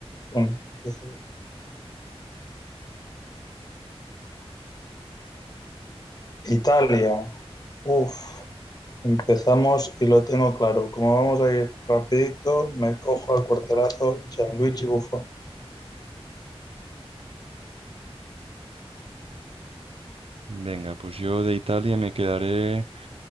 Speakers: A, on the left (about 40°); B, on the right (about 65°).
A: venga, empiezo yo. Italia. Uf, empezamos y lo tengo claro. Como vamos a ir rapidito, me cojo al porterazo Gianluigi Buffon.
B: Venga, pues yo de Italia me quedaré